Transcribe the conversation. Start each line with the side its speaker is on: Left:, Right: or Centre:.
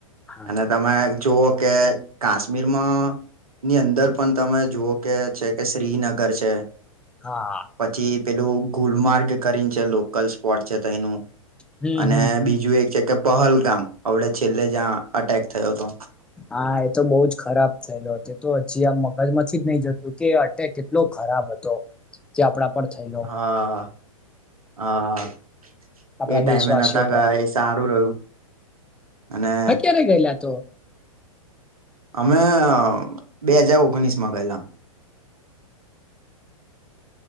Centre: હા
Right: અને તમે જુઓ કે કાશ્મીરમાં ની અંદર પણ તમે જુઓ કે છે કે શ્રીનગર છે
Centre: હા.
Right: પછી પેલું ગુલમાર્ગ કરીને છે લોકલ સ્પોટ છે તો એનું
Centre: હમ
Right: અને
Centre: હમ
Right: બીજું એક છે કે પહલગામ અવડે છેલ્લે જ્યાં અટેક થયો તો.
Centre: હા, એ તો બઉુ જ ખરાબ થયેલો તે તો હજી આ મગજ માંથી જ નહી જતું કે તે કેટલો ખરાબ હતો. જે આપડા પર થયુ
Right: હા હા
Centre: આપણા
Right: એ ટાઈમે
Centre: દેશવાસીઓ
Right: નહતા
Centre: પર
Right: ગયા એ સારું રહ્યું અને
Centre: રે ગયેલા તો
Right: અમે બે હજાર ઓગણીસ માં ગયલા